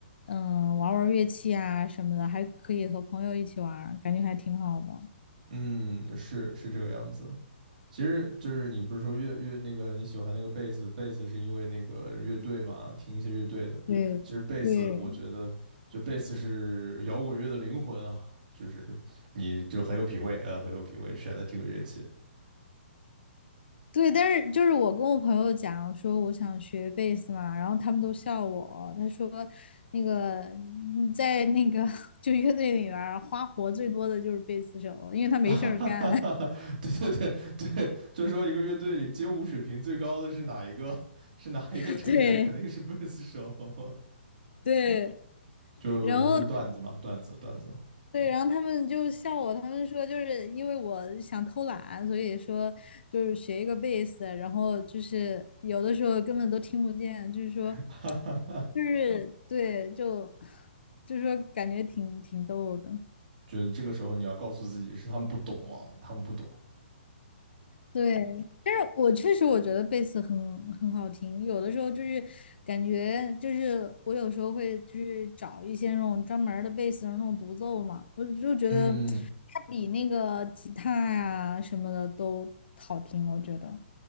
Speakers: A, on the left; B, on the right.
A: 嗯玩儿玩儿乐器啊什么的，还可以和朋友一起玩儿感觉还挺好的。
B: 嗯，是是这个样子。其实就是你不是说乐乐那个你喜欢那个贝斯，贝斯是因为那个乐队嘛，听一些乐队的。
A: 对对，
B: 其实贝斯，我觉得就贝斯是摇滚乐的灵魂啊，就是你就很有品味啊呃，很有品味选的这个乐器。<laughs>
A: 对，但是就是我跟我朋友讲，我说我想学贝斯嘛，然后他们都笑我。他说，那个嗯在那个 <laughs> 就乐队里边花活最多的就是贝斯手，因为他没事儿干。
B: 啊哈哈哈哈，对对对对，就是说一个乐队里街舞水平最高的是哪一个？<laughs> 是哪一个成员？
A: <laughs> 对
B: 肯定是贝斯手。<laughs>
A: 对，
B: 就就是段子嘛，
A: 然后
B: 段子段子。
A: 对，然后他们就笑我，他们说就是因为我想偷懒，所以说就是学一个贝斯，然后就是有的时候根本都听不见，就是说。
B: <laughs>
A: 就是对，就 <sucks teeth> 就是说感觉挺挺逗的。
B: 就这个时候你要告诉自己是他们不懂啊，他们不懂。
A: 对，但是我确实我觉得贝斯很很好听，有的时候就是感觉就是我有时候会去找一些那种专门儿的贝斯的那种独奏嘛，我就觉得它比那个吉他呀什么的都好听，
B: 嗯，
A: 我觉得。